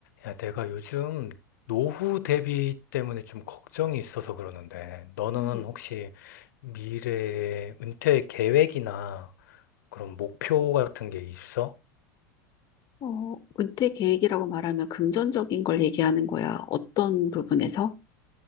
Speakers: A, on the left; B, on the left.
A: 야, 내가 요즘 노후 대비 때문에 좀 걱정이 있어서 그러는데, 너는
B: 음,
A: 혹시 미래의 은퇴 계획이나 그런 목표 같은 게 있어?
B: 어, 은퇴 계획이라고 말하면 금전적인 걸 얘기하는 거야. 어떤 부분에서?